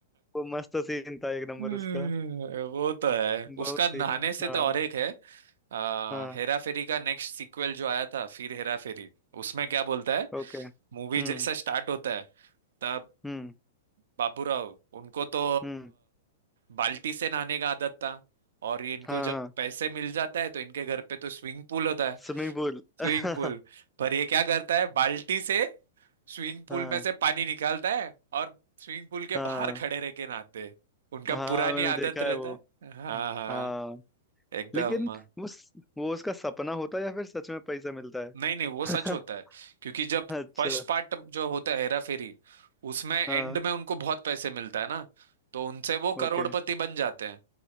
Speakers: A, in the centre; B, on the right.
A: वो मस्त सीन था एक नंबर
B: हम्म,
A: उसका
B: वो तो है
A: बहुत
B: उसका
A: सीन
B: नहाने से
A: हाँ
B: तो और एक है आ,
A: हाँ
B: हेरा फेरी का नेक्स्ट सीक्वल जो आया था फिर हेरा फेरी उसमें क्या बोलता है
A: ओके हम्म
B: मूवी जैसा स्टार्ट होता है तब
A: हम्म
B: बाबूराव उनको तो
A: हम्म
B: बाल्टी से नहाने का आदत था और ये इनको
A: हाँ
B: जब
A: हाँ
B: पैसे मिल जाता है तो इनके घर पे तो स्विमिंग पूल होता है
A: Swimming pool
B: स्विमिंग
A: <laughs>
B: पूल पर ये क्या करता है बाल्टी से स्विमिंग पूल
A: हाँ
B: में से पानी निकालता है और स्विमिंग पूल के
A: हाँ
B: बाहर खड़े रह के नहाते हैं उनका
A: हाँ
B: पुरानी
A: मैंने
B: आदत
A: देखा
B: रहता
A: है वो
B: है हाँ हाँ हाँ,
A: हाँ
B: एकदम
A: लेकिन वो स- वो उसका सपना होता है या फिर सच में पैसा मिलता है
B: नहीं नहीं वो सच होता है
A: <laughs>
B: क्योंकि जब
A: अच्छा
B: फर्स्ट पार्ट जो होता है हेरा फेरी उसमें एंड
A: हाँ
B: में उनको बहुत पैसे मिलता है ना तो उनसे वो
A: ओके
B: करोड़पति बन जाते हैं